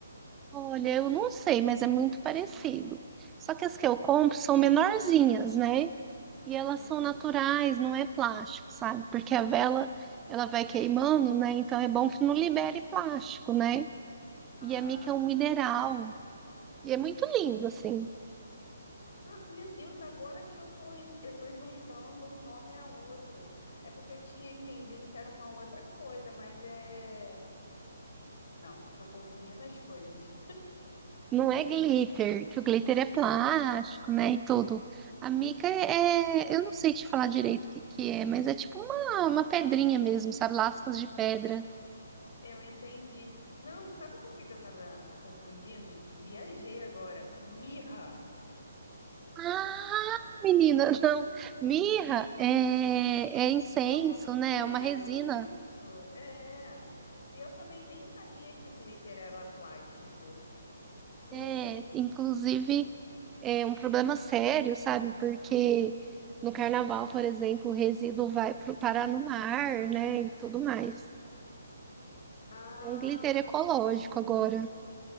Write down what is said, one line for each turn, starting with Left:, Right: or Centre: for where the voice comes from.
Right: Olha, eu não sei, mas é muito parecido. Só que as que eu compro são menorzinhas, né? E elas
Left: Entendi.
Right: são naturais, não é plástico, sabe? Porque a vela, ela vai queimando, né? Então é bom que não libere plástico, né?
Left: Ah,
Right: E a mica é um mineral.
Left: tá.
Right: E é muito lindo, assim.
Left: Ah, meu Deus, agora que eu tô, em- eu tô juntando um nome a outro. É porque eu tinha entendido que era uma outra coisa, mas é. Não, tô confundindo as coisas.
Right: Não é glitter, que o glitter é plástico, né? E tudo. A mica é, é, eu não sei te falar direito o que que é, mas é tipo uma, uma pedrinha mesmo, sabe? Lascas de pedra.
Left: Eu entendi. Não, sabe com o que que eu tava confundindo? Viajei agora. Mirra.
Right: Ah, menina, <laughs> não. Mirra é, é incenso,
Left: É um.
Right: né?
Left: É
Right: É uma resina.
Left: isso. É. E eu também nem sabia que o glitter era plástico. Meu
Right: É,
Left: Deus.
Right: inclusive, é um problema sério, sabe? Porque no carnaval, por exemplo, o resíduo vai pro, parar no mar, né? E tudo mais.
Left: Ah,
Right: É um glitter ecológico agora.